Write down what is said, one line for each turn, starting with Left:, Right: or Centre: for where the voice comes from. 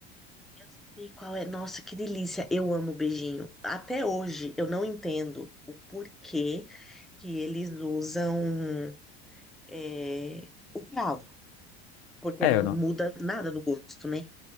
Centre: eu sei qual é. Nossa, que delícia. Eu amo beijinho. Até hoje eu não entendo o porquê que eles usam é, o cravo, porque
Left: É,
Centre: não
Left: eu não.
Centre: muda nada no gosto, né?